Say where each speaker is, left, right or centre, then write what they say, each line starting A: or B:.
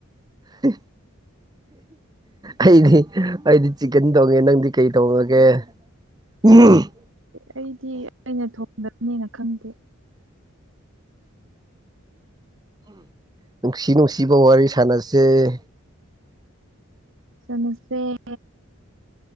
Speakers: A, on the right (about 20°); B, on the right (about 60°).
A: ꯍ꯫ ꯑꯩꯗꯤ ꯑꯩꯗꯤ ꯆꯤꯛꯀꯟ ꯊ‌ꯣꯡꯉꯦ ꯅꯪꯗꯤ ꯀꯩ ꯊ‌ꯣꯡꯉꯒꯦ꯫ <unintelligible>
B: ꯑꯩꯗꯤ ꯑꯩꯅ ꯊꯣꯡꯗꯕꯅꯤꯅ ꯈꯪꯗꯦ꯫
A: ꯅꯨꯡꯁꯤ ꯅꯨꯡꯁꯤꯕ ꯋꯥꯔꯤ ꯁꯥꯟꯅꯁ‌ꯦ꯫
B: ꯁꯥꯟꯅꯁ‌ꯦ꯫